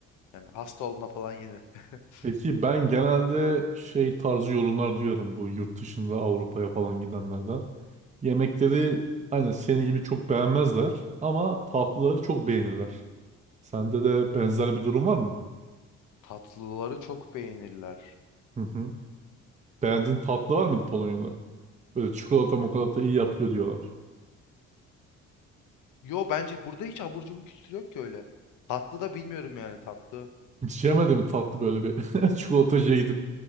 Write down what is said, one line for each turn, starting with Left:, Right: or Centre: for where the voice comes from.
Left: Yani hasta olduğunda falan yenir. <laughs>
Right: Peki ben genelde şey tarzı yorumlar duyarım bu yurt dışında Avrupa'ya falan gidenlerden. Yemekleri aynen senin gibi çok beğenmezler ama tatlıları
Left: Hı hı.
Right: çok beğenirler. Sende de benzer bir durum var mı?
Left: Tatlıları çok beğenirler.
Right: Hı hı. Beğendiğin tatlı var mıydı Polonya'da? Böyle çikolata mokolata iyi yapıyor diyorlar.
Left: Yo bence burada hiç abur cubur kültürü yok ki öyle. Tatlı da bilmiyorum yani tatlı.
Right: Hiç yemedi mi tatlı böyle bir <laughs> çikolatacıya gidip?